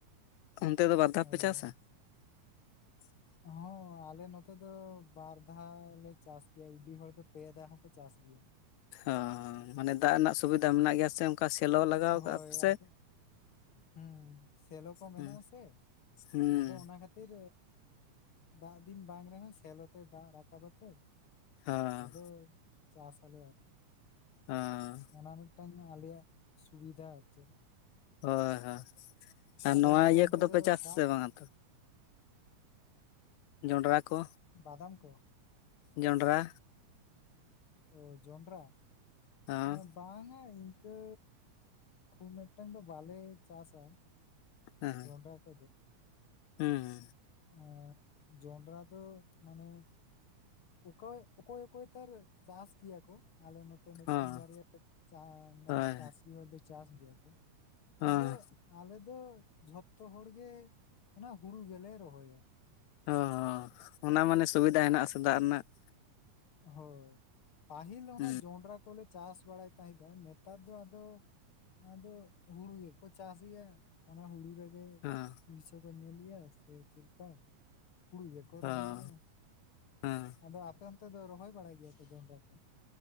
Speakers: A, on the left (about 75°); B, on the left (about 55°).
A: ᱚᱱᱛᱮ ᱫᱚ ᱵᱟᱨ ᱫᱷᱟᱣ
B: ᱚ
A: ᱯᱮ <unintelligible>
B: ᱦᱚᱸ ᱟᱞᱮ ᱱᱚᱛᱮ ᱫᱚ ᱵᱟᱨ ᱫᱷᱟᱣ ᱞᱮ ᱪᱟᱥ ᱜᱮᱭᱟ, ᱩᱰᱤ ᱦᱚᱲ ᱫᱚ ᱯᱮ ᱫᱷᱟᱣ ᱦᱚᱸᱠᱚ ᱪᱟᱥ ᱜᱮᱭᱟ ᱾
A: ᱚ ᱢᱟᱱᱮ ᱫᱟᱜ ᱨᱮᱱᱟᱜ ᱥᱩᱵᱤᱫᱟ ᱢᱮᱱᱟᱜ ᱜᱮᱭᱟ ᱥᱮ, ᱚᱱᱠᱟ ᱥᱮᱞᱚ ᱞᱟᱜᱟᱣ
B: ᱦᱳᱭ
A: ᱠᱟᱜᱼᱟ ᱯᱮᱥᱮ
B: ᱟᱫᱚ ᱦᱩᱸ ᱥᱮᱞᱚ ᱠᱚ ᱢᱮᱱᱟᱜ
A: ᱦᱩᱸ
B: ᱟᱥᱮ
A: ᱦᱩᱸ
B: ᱟᱫᱚ ᱚᱱᱟ ᱠᱷᱟᱹᱛᱤᱨ ᱫᱟᱜ ᱫᱤᱱ ᱵᱟᱝ ᱨᱮᱦᱚᱸ ᱥᱮᱞᱚ ᱛᱮ ᱫᱟᱜ ᱨᱟᱠᱟᱵ ᱠᱟᱛᱮ
A: ᱦᱚᱸ
B: ᱟᱫᱚ ᱪᱟᱥ ᱟᱞᱮ ᱟᱹᱨᱠᱤ
A: ᱦᱮᱸ
B: ᱚᱱᱟ ᱢᱤᱫᱴᱟᱝ ᱟᱞᱮᱭᱟᱜ ᱥᱩᱵᱤᱫᱷᱟ, ᱟᱨ ᱪᱮᱫ
A: ᱦᱳᱭ ᱦᱳᱭ ᱟᱨ
B: ᱟᱫᱚ
A: ᱱᱚᱣᱟ
B: ᱟᱯᱮ
A: ᱤᱭᱟᱹ
B: ᱚᱱᱛᱮ
A: ᱠᱚᱫᱚᱯᱮ
B: ᱫᱚ
A: ᱪᱟᱥ
B: ᱫᱟᱜ
A: ᱟᱥᱮ ᱵᱟᱝᱼᱟ ᱛᱚ ᱡᱚᱸᱱᱰᱨᱟ ᱠᱚ
B: ᱵᱟᱫᱟᱢ ᱠᱚ
A: ᱡᱚᱱᱰᱨᱟ
B: ᱚ ᱡᱚᱱᱰᱨᱟ
A: ᱦᱚᱸ
B: <unintelligible> ᱵᱟᱝᱟ ᱤᱱᱠᱟᱹ ᱠᱷᱩᱵ ᱢᱤᱫᱴᱟᱝ ᱫᱚ ᱵᱟᱞᱮ ᱪᱟᱥᱟ ᱾
A: ᱦᱮᱸ
B: ᱡᱚᱱᱰᱨᱟ ᱠᱚᱫᱚ
A: ᱦᱩᱸ
B: ᱚ ᱡᱚᱱᱰᱨᱟ ᱫᱚ ᱢᱟᱱᱮ ᱚᱠᱟᱭ ᱚᱠᱚᱭ ᱚᱠᱚᱭ ᱛᱟᱨ ᱪᱟᱥ ᱜᱮᱭᱟ ᱠᱚ ᱟᱞᱮ ᱱᱚ -ᱛᱮ ᱢᱤᱫᱴᱟᱝ
A: ᱦᱚᱸ
B: ᱵᱟᱨᱭᱟ <inaudible>
A: ᱦᱳᱭ
B: ᱪᱟᱹᱥᱤ ᱦᱚᱲᱫᱚ ᱪᱟᱥ ᱜᱮᱭᱟ ᱠᱚ
A: ᱦᱚᱸ
B: ᱟᱫᱚ ᱟᱞᱮ ᱫᱚ ᱡᱷᱚᱛᱚ ᱦᱚᱲ ᱜᱮ ᱚᱱᱟ ᱦᱩᱲᱩ ᱜᱮᱞᱮ ᱨᱚᱦᱚᱭᱟ ᱾
A: ᱚᱻ ᱚᱱᱟ ᱢᱟᱱᱮ ᱥᱩᱵᱤᱫᱟ ᱦᱮᱱᱟᱜ ᱟᱥᱮ ᱫᱟᱜ ᱨᱮᱱᱟᱜ ᱾
B: ᱦᱳᱭ ᱯᱟᱹᱦᱤᱞ ᱚᱱᱟ
A: ᱦᱩᱸ
B: ᱡᱚᱱᱰᱨᱟ ᱠᱚᱞᱮ ᱪᱟᱥ ᱵᱟᱲᱟᱭ ᱛᱟᱦᱮᱸᱫ ᱫᱚ ᱱᱮᱛᱟᱨ ᱫᱚ ᱟᱫᱚ ᱟᱫᱚ ᱦᱩᱲᱩ ᱜᱮᱠᱚ ᱪᱟᱥ ᱮᱜᱼᱟ᱾ ᱚᱱᱟ ᱦᱩᱲᱩ ᱨᱮᱜᱮ
A: ᱦᱚᱸ
B: ᱯᱩᱭᱥᱟᱹ ᱠᱚ ᱧᱮᱞᱮᱜᱼᱟ ᱥᱮ ᱪᱮᱫ ᱞᱮᱠᱟ᱾ ᱦᱩᱲᱩ ᱜᱮᱠᱚ
A: ᱦᱚᱸ
B: ᱨᱚᱦᱚᱭᱮᱜᱼᱟ,
A: ᱦᱚᱸ
B: ᱟᱫᱚ ᱟᱯᱮ ᱚᱱᱛᱮ ᱫᱚ ᱨᱚᱦᱚᱭ ᱵᱟᱲᱟᱭ ᱜᱮᱭᱟ ᱯᱮ ᱡᱚᱱᱰᱨᱟ ᱠᱚ?